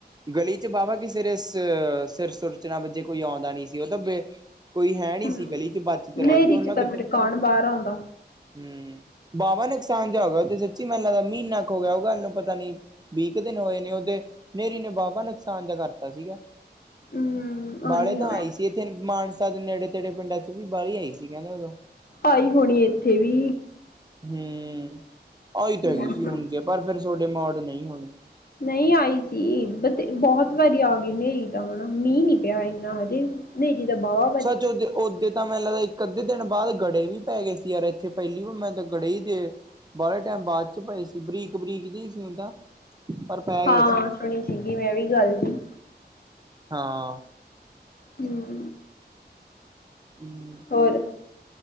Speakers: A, on the right; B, on the left.
A: ਗਲੀ ਚ ਵਾਹਵਾ ਕਿਸੇ ਦੇ ਸਿਰ ਸੁਰ ਚ ਨਾ ਵਜੇ ਕੋਈ ਆਉਂਦਾ ਨੀ ਸੀ ਉਹ ਤਾਂ ਬੇ ਕੋਈ ਹੈ ਨੀ
B: ਹਨੇਰੀ
A: ਸੀ ਗਲੀ ਚ ਬਚਤ ਰਹਿ ਗਈ ਉਹਨਾਂ
B: ਚ ਤਾਂ
A: ਕਿਤੇ
B: ਫਿਰ
A: ਹੂੰ
B: ਕੌਣ ਬਾਹਰ ਆਉਂਦਾ
A: ਬਾਹਵਾ ਨੁਕਸਾਨ ਜਿਹਾ ਹੋ ਗਿਆ ਉਹ ਤੇ ਸੱਚੀ ਮੈਨੂੰ ਲੱਗਦਾ ਮਹੀਨਾ ਕੁ ਹੋ ਗਿਆ ਉਹ ਗੱਲ ਨੂੰ ਪਤਾ ਨੀ। ਇੱਕ ਦਿਨ ਹੋਏ ਨੇ ਉਹਦੇ ਨੇਰੀ ਨੇ ਬਾਵਾ ਨੁਕਸਾਨ ਜਾ ਕਰਤਾ ਸੀਗਾ।
B: ਹੂੰ
A: ਵਾਲੇ
B: ਆ।
A: ਤਾਂ ਆਈ ਸੀ ਇੱਥੇ ਮਾਨ ਸਾਦ ਨੇੜੇ ਤੇੜੇ ਪਿੰਡਾਂ ਚ ਵੀ ਬਾਹਲੀ ਆਈ ਸੀ ਕਹਿੰਦੇ ਉਦੋਂ
B: ਆਈ ਹੋਣੀ ਇੱਥੇ ਵੀ
A: ਹੂੰ, ਆਈ
B: ਹੂੰ।
A: ਤਾਂ ਹੈਗੀ ਸੀ ਹੁਣ ਜੇ ਪਰ ਫਿਰ ਸੋਡੇ ਮੋੜ ਨਈ ਹੋਣੀ।
B: ਨਹੀਂ ਆਈ ਸੀ ਬ ਤੇ ਬਹੁਤ ਵਾਰੀ ਆ ਗਈ ਹਨੇਰੀ ਤਾਂ ਹੁਣ ਮੀਂਹ ਨੀ ਪਿਆ ਇੰਨਾ ਹਜੇ। ਨੇਰੀ ਦਾ ਬਾਵਾ
A: ਸੱਚ ਓਦੇ ਓਦੇ ਤਾਂ ਮੈੈਂਰੇ ਲਵੇ। ਅੱਧੇ ਦਿਨ ਬਾਅਦ ਗੜੇ ਵੀ ਪੈ ਗਏ ਸੀ ਯਾਰ ਇੱਥੇ ਪਹਿਲੀ ਵੀ ਮੈਂ ਤਾਂ ਗੜੇ ਈ ਦੇ ਬਾਹਲੇ ਟਾਈਮ ਬਾਅਦ ਚ ਪਏ ਸੀ ਬਰੀਕ ਬਰੀਕ ਜੇ ਸੀ ਓ ਤਾ ਪਰ ਪੈ
B: ਹਾਂ
A: ਗਏ ਸੀ
B: ਸੁਣੀ ਸੀਗੀ ਮੈਂ ਵੀ ਗੱਲ ਜੀ
A: ਹਾਂ
B: ਹਮ
A: ਹਮ
B: ਹੋਰ